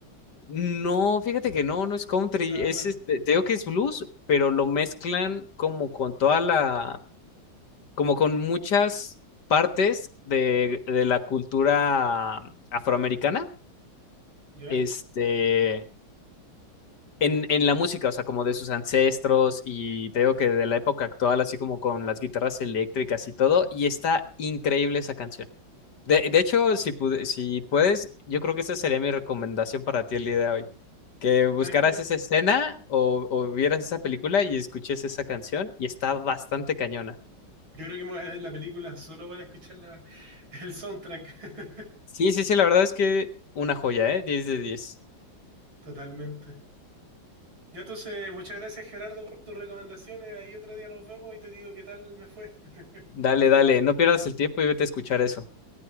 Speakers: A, on the left; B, on the right.
A: no, fíjate que no, no es country,
B: Ah,
A: es este, te digo que es blues, pero lo mezclan como con toda la, como con muchas partes de, de la cultura afroamericana,
B: ¿ya?
A: este, en, en la música, o sea, como de sus ancestros y te digo que de la época actual, así como con las guitarras eléctricas y todo, y está increíble esa canción. De, de hecho, si, pude- si puedes, yo creo que esa sería mi recomendación para ti el día de hoy. Que buscaras
B: ¿Sabes qué?
A: esa escena o, o vieras esa película y escuches esa canción y está bastante cañona.
B: Yo creo que me voy a ver la película solo para escuchar la- el soundtrack. <laughs>
A: Sí, sí, sí, la verdad es que una joya, ¿eh? diez de diez
B: Totalmente. Ya entonces, muchas gracias Gerardo por tus recomendaciones. Ahí otro día nos vemos y te digo qué tal me fue. <laughs>
A: Dale, dale, no pierdas el tiempo y vete a escuchar eso.